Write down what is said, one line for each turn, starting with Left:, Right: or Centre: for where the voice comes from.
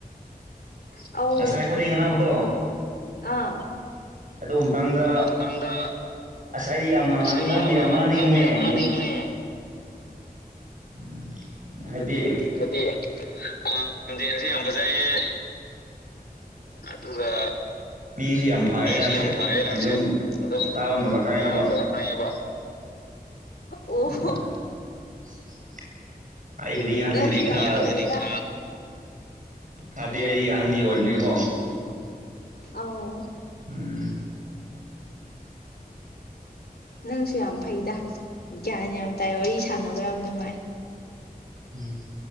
Left: ꯑꯧ
Right: ꯉꯁꯥꯏ ꯑꯩꯈꯣꯏꯅꯤ ꯉꯥꯡꯅꯕꯗꯣ
Left: ꯑꯥ
Right: ꯑꯗꯨ ꯃꯇꯥꯡꯗ
Left: ꯑꯗꯨ ꯃꯇꯥꯡꯗ
Right: ꯑꯁꯥꯏꯗꯤ ꯌꯥꯝꯅ
Left: ꯑꯁ ꯑꯩꯗꯤ
Right: ꯅꯪꯕꯨ
Left: ꯌꯥꯝꯅ
Right: ꯌꯥꯝ ꯅꯤꯡꯉꯅꯦ
Left: ꯅꯪꯕꯨ ꯌꯥꯝ ꯉꯥꯡꯅꯤꯡꯉꯝꯃꯦ
Right: ꯎꯝ ꯍꯥꯏꯗꯤ
Left: ꯍꯥꯏꯗꯤ ꯈꯨꯣꯟꯖꯦꯜꯁꯤ ꯌꯥꯝ ꯐꯖꯩꯌꯦ ꯑꯗꯨꯒꯥ
Right: ꯃꯤꯁꯤ ꯌꯥꯝ ꯐꯩꯌꯦ
Left: ꯃꯤꯁꯤ
Right: ꯅꯪꯁꯦ
Left: ꯌꯥꯝ ꯐꯔꯌꯦ ꯅꯪꯁꯦ
Right: ꯑꯗꯨꯝ
Left: ꯑꯗꯨꯝ
Right: ꯇꯥꯕ ꯃꯇꯝꯗ ꯈꯪꯉꯦꯕ
Left: ꯂꯥꯔꯣꯝꯗꯒ ꯈꯪꯉꯦꯕ ꯑꯣ
Right: ꯎꯝ
Left: ꯑꯣ
Right: <inaudible> ꯑꯩꯕꯨꯗꯤ ꯑꯍꯟꯒꯗꯤ
Left: ꯅꯥꯪꯁꯤ ꯌꯥꯝ
Right: ꯈꯔ
Left: ꯐꯩꯗ
Right: ꯀꯥꯗꯦ ꯑꯩ ꯑꯍꯟꯗꯤ ꯑꯣꯏꯕꯅꯤꯅꯀꯣ
Left: ꯑꯧ
Right: ꯎꯝ
Left: ꯅꯪꯁꯨ ꯌꯥꯝ ꯐꯩꯗ ꯒ꯭ꯌꯥꯟ ꯌꯥꯝ ꯇꯥꯏ ꯋꯥꯔꯤ ꯁꯥꯟꯅꯕ ꯌꯥꯝ ꯅꯨꯡꯉꯥꯏ
Right: ꯎꯝ